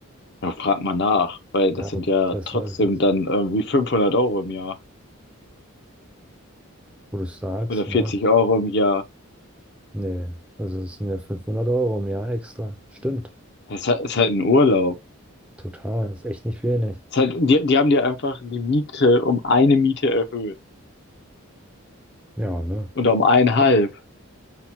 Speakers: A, on the left; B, in the centre.
A: Ja, frag mal nach, weil
B: Ja,
A: das sind ja
B: besser
A: trotzdem
B: ist es.
A: dann irgendwie 500 Euro im Jahr
B: Wo du sagst,
A: oder 40
B: ne?
A: Euro im Jahr.
B: Nee, also es sind ja 500 Euro im Jahr extra. Stimmt.
A: Das ist halt, ist halt ein Urlaub.
B: Total. Ist echt nicht wenig.
A: Ist halt, die, die haben dir einfach die Miete um eine Miete erhöht
B: Ja, ne?
A: oder um eineinhalb.